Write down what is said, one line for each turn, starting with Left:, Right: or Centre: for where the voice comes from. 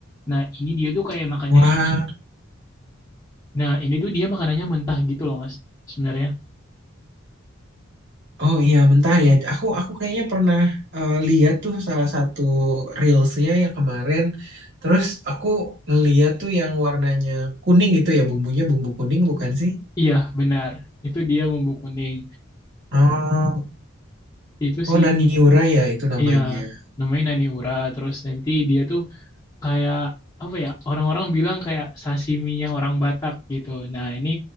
Left: Nah ini dia tuh kayak makannya.
Right: Wah.
Left: Nah ini tuh dia makanannya mentah gitu loh Mas sebenarnya.
Right: Oh iya mentah ya. Aku aku kayaknya pernah eh, lihat tuh salah satu reelsnya yang kemarin. Terus aku ngeliat tuh yang warnanya kuning gitu ya bumbunya bumbu kuning bukan sih?
Left: Iya benar, itu dia bumbu kuning.
Right: Oh,
Left: Itu
Right: oh
Left: sih,
Right: Naniura ya itu namanya.
Left: iya, namanya nani ura. Terus nanti dia tuh kayak apa ya? Orang-orang bilang kayak sashiminya orang Batak gitu. Nah, ini